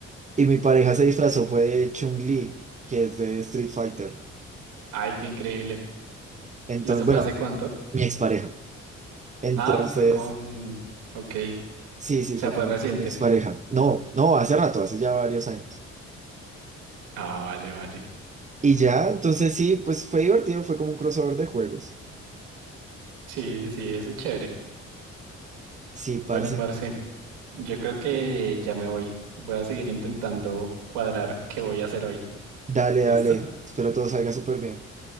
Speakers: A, on the right; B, on the right.
A: Y mi pareja se disfrazó fue de Chun-Li, que es de Street Fighter.
B: Ay, qué increíble.
A: Entonces,
B: ¿Y eso
A: bueno,
B: fue hace cuánto?
A: mi expareja. Entonces...
B: Ah, fue con... Ok, o
A: Sí, sí,
B: sea,
A: fue con,
B: fue reciente.
A: con mi expareja. No, no, hace rato, hace ya varios años.
B: Ah, vale, vale.
A: Y ya, entonces sí, pues fue divertido, fue como un crossover de juegos.
B: Sí, sí, sí, eso es chévere.
A: Sí, parce.
B: Bueno, parce, yo creo que ya me voy. Voy a seguir intentando cuadrar qué voy a hacer hoy.
A: Dale,
B: ¿Listo?
A: dale. Espero todo salga súper bien.